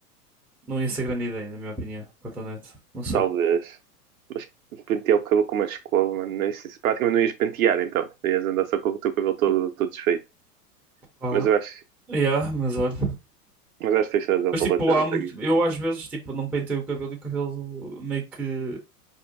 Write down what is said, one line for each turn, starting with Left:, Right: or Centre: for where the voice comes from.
Centre: não ia ser grande ideia, na minha opinião, o cotonete. Não sei.
Right: Talvez. Mas pentear o cabelo com uma escova, mano. não- Isso, isso praticamente não ias pentear, então. Ias andar só com o teu cabelo todo, todo desfeito.
Centre: Ah,
Right: Mas eu acho,
Centre: yeah, mas olha.
Right: mas acho que tens razão
Centre: Mas
Right: completamente
Centre: tipo, há muito-
Right: aqui.
Centre: eu às vezes, tipo, não penteio o cabelo e o cabelo meio que